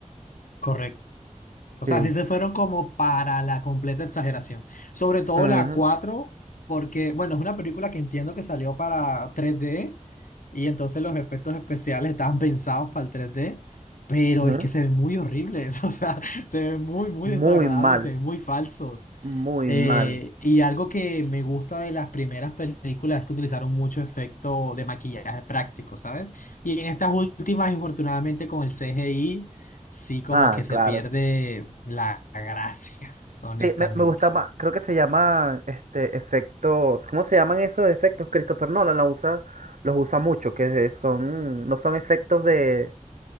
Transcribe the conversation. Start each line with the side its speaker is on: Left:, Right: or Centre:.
Left: correcto O
Right: Sí.
Left: sea, sí se fueron como para la completa exageración. Sobre todo
Right: Ujú,
Left: la 4, porque, bueno, es una película que entiendo que salió para tres d y entonces los efectos especiales estaban pensados para el tres d pero
Right: ujú.
Left: es que se ven muy horribles, <laughs> o sea, se ven muy, muy
Right: Muy
Left: desagradables,
Right: mal,
Left: se ven muy falsos.
Right: muy
Left: Eh,
Right: mal.
Left: y algo que me gusta de las primeras películas es que utilizaron mucho efecto de maquillaje práctico, ¿sabes? Y en estas últimas, infortunadamente, con el CGI, sí como
Right: Ah,
Left: que se
Right: claro.
Left: pierde la gracia, <laughs> honestamente.
Right: Sí, me, me gusta más, creo que se llaman este efectos, ¿cómo se llaman esos efectos? Christopher Nolan los usa, los usa mucho, que son, no son efectos de,